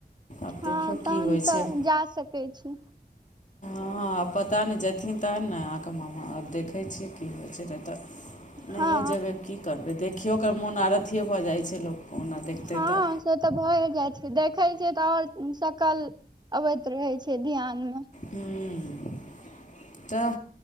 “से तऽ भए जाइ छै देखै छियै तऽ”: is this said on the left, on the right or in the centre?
Right